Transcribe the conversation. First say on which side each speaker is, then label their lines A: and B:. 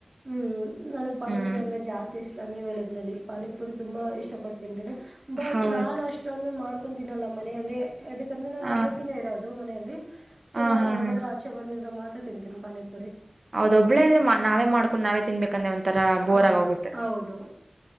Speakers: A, on the right; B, on the right.
A: ಹ್ಮ್ ನನಗ್ ಪಾನಿಪುರಿ
B: ಹ್ಮ್
A: ಅಂದ್ರೆ ಜಾಸ್ತಿ ಇಷ್ಟ ನೀವ್ ಏಳಿದ್ನಲ್ಲಿ. ಪಾನಿಪುರಿ ತುಂಬಾ ಇಷ್ಟ ಪಟ್ತಿಂತಿನಿ ಬಟ್
B: ಹೌದು
A: ನಾನ್ ಅಷ್ಟೊಂದು ಮಾಡ್ಕೊಂತಿನ್ನಲ್ಲ ಮನೆಯಲ್ಲಿ ಯದಕಂದ್ರೆ ನಾನ
B: ಹ
A: ಒಬ್ಬಕ್ಕಿನೇ ಇರೋದು ಮನೆಯಲ್ಲಿ ಸೊ
B: ಹ ಹಾ
A: ಯಾವಾಗಾದ್ರೂ
B: ಹಾ
A: ಆಚೆ ಬಂದಿದ್ರ ಮಾ ತ ತಿಂತೀನ್ ಪಾನಿ ಪುರಿ.
B: ಹೌದ ಒಬ್ಬಳೇ ಇದ್ರೆ ನಾವೇ ಮಾಡ್ಕೊಂಡು ನಾವೇ ತಿನ್ಬೇಕಂದೆ ಒಂಥರ ಬೋರ್
A: ಹ
B: ಆಗ ಹೋಗುತ್ತೆ.
A: ಹೌದು